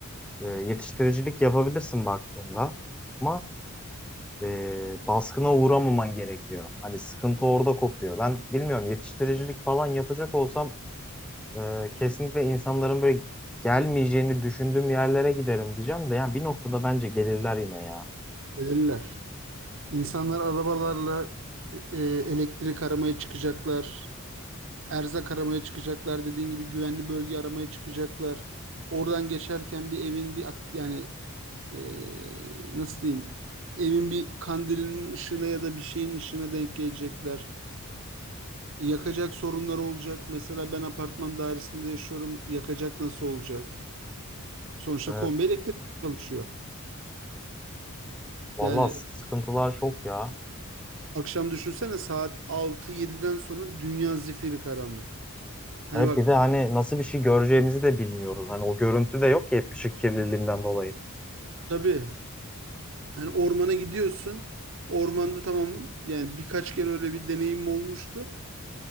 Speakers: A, in the centre; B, on the right.
A: e, yetiştiricilik yapabilirsin baktığında ama e, baskına uğramaman gerekiyor. Hani sıkıntı orada kopuyor. Ben bilmiyorum yetiştiricilik falan yapacak olsam ee, kesinlikle insanların böyle gelmeyeceğini düşündüğüm yerlere giderim diyeceğim de yani bir noktada bence gelirler yine ya.
B: Gelirler. İnsanlar arabalarla e, e, elektrik aramaya çıkacaklar. Erzak aramaya çıkacaklar. Dediğin gibi güvenli bölge aramaya çıkacaklar. Oradan geçerken bir evin bir at- yani e, nasıl diyeyim evin bir kandilinin ışığına ya da bir şeyin ışığına denk gelecekler. Yakacak sorunları olacak. Mesela ben apartman dairesinde yaşıyorum. Yakacak nasıl olacak? Sonuçta
A: Evet,
B: kombi elektrik çalışıyor.
A: vallahi
B: Yani
A: s- sıkıntılar çok ya.
B: akşam düşünsene saat altı 7den sonra dünya zifiri karanlık. Hani
A: Hep
B: bak
A: bir de hani nasıl bir şey göreceğimizi de bilmiyoruz. Hani o görüntü de yok ki hep ışık kirliliğinden dolayı.
B: tabii hani ormana gidiyorsun. Ormanda tamam yani birkaç kere öyle bir deneyim olmuştu.